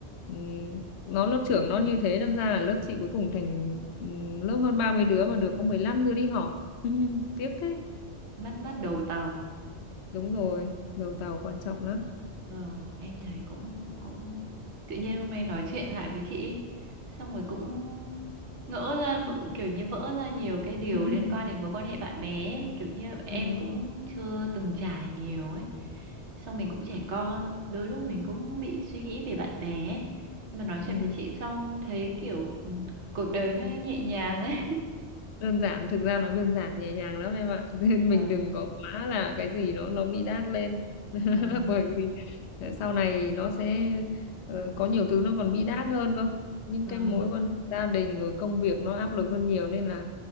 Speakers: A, on the left (about 75°); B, on the right (about 80°).
A: Ừm, nó lớp trưởng nó như thế đâm ra là lớp chị cuối cùng thành ừm, lớp hơn 30 đứa mà được có 15 đứa đi họp <laughs> tiếc thế
B: mất mất đầu tàu
A: đúng rồi đầu tàu quan trọng lắm
B: vâng em thấy cũng cũng tự nhiên hôm nay nói chuyện lại với chị ấy, xong rồi cũng ngỡ ra bỡ- kiểu như vỡ ra nhiều cái điều
A: <laughs>
B: liên quan đến mối quan hệ bạn bè ấy. kiểu như em
A: Ừm,
B: cũng chưa từng trải nhiều ấy xong mình cũng trẻ con đôi lúc mình cũng bị suy nghĩ về bạn bè ấy. nhưng mà nói
A: ừm.
B: chuyện với chị xong thấy kiểu ừ, cuộc đời nó nhẹ nhàng ấy
A: đơn giản thực ra nó đơn giản nhẹ nhàng lắm em ạ <laughs> nên
B: và
A: mình đừng có quá là cái gì nó nó bi đát lên <laughs>
B: và
A: bởi vì ờ, sau này nó sẽ ờ, có nhiều thứ nó còn bi đát hơn cơ những
B: và
A: cái mối quan hệ gia đình rồi công việc nó áp lực hơn nhiều nên là